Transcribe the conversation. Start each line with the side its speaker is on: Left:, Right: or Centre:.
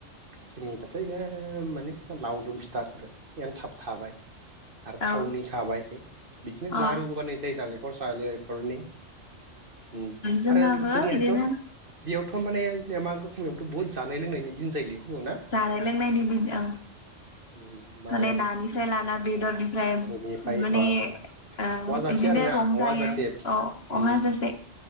Right: जोंनि दाथ इनो माने लावदुम फिथा थाबाय एन्थाब थाबाय। आरो
Left: औ
Right: थावननि थाबाय बिदिनो
Left: औ
Right: लारुबो बानायनाय जायो नालेंखर साले खरनि ओम
Left: जोंनाबो
Right: आरो जोंनियाथ'
Left: बिदिनो
Right: बेयावथ माने या मागो खमायावथ' बहुत जानाय लोंनायनि दिन जायोलै। खमाव ना
Left: जानाय लोंनायनि दिन ओं।
Right: उम मा
Left: माने नानिफ्राय लाना बेदरनिफ्राय
Right: बेनिफ्राय
Left: माने
Right: अ
Left: ओ
Right: औवाजासे
Left: बिदिनो
Right: आरोना
Left: रंजायो
Right: औवाजासे उम
Left: अ-अहाजासे।